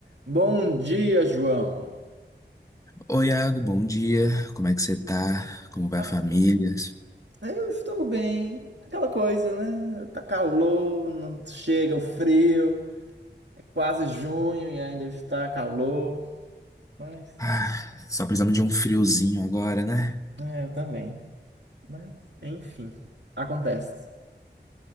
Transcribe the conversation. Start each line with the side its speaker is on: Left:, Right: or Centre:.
Right: Bom dia, João.
Left: Oi, Iago, bom dia. Como é que você tá? Como vai
Right: Ah,
Left: a família?
Right: Eu estou bem. Aquela coisa, né? Tá calor, não chega o frio. É quase junho e ainda está calor. Mas,
Left: Ah, só precisamos de um friozinho agora, né?
Right: é, eu também. Mas, enfim, acontece.